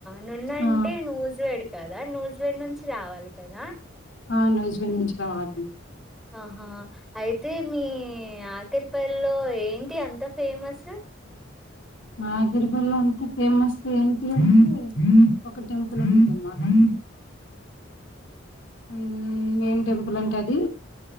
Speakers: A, in the centre; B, on the left.
A: నున్న అంటే
B: ఆ
A: నూజు వెడు కదా నూజివీడ్ నుంచి రావాలి కదా
B: ఆ నూజివీడ్ నుంచి రావాలండి
A: ఆహా అయితే మీ ఆఖరిపల్లిలో ఏంటి అంత ఫేమస్
B: నాగిరిపెల్ల అంతా ఫేమస్ ఏంటి అంటే ఒక టెంపుల్ ఉంటదమ్మా <inaudible> ఉమ్ ఏం టెంపుల్ అంటే అది